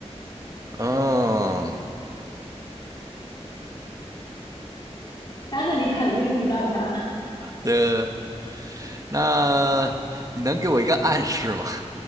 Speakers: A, on the right; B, on the left.
A: 嗯，
B: 但是你肯定知道他
A: 呃，那你能给我一个暗示吗？